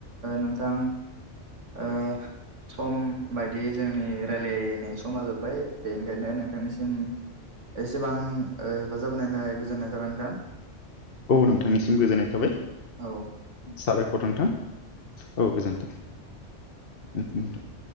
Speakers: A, on the right; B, on the left.
A: नोंथां ओ सम बायदियै जोंनि रायलायनाय समा जोब्बाय बेनिखायनो नोंथांनिसिम एसेबां हेफाजाब होनायनि थाखाय गोजोननाय थाबाय नोंथां
B: औ नोंथांनिसिम गोजोननाय थाबाय
A: औ
B: साबायखर नोंथां औ गोजोनथों औ नोंथां